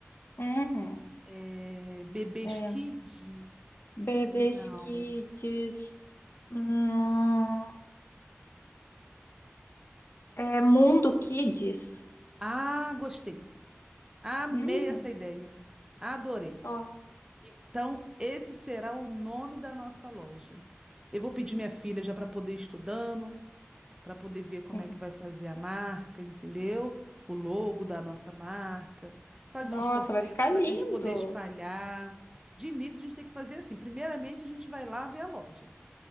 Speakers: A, on the left; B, on the right.
A: uhum.
B: É, Bebês
A: É,
B: Kid?
A: Bebês
B: Não.
A: kids. Hum, É Mundo Kids.
B: Ah, gostei. Amei
A: Uhum.
B: essa ideia. Adorei.
A: Ó,
B: Então, esse será o nome da nossa loja. Eu vou pedir minha filha já para poder ir estudando, para poder ver como
A: Sim.
B: é que vai fazer a marca, entendeu? O logo da nossa marca, fazer
A: nossa,
B: uns panfletos
A: vai ficar
B: para
A: lindo.
B: a gente poder espalhar. De início, a gente tem que fazer assim. Primeiramente, a gente vai lá ver a loja.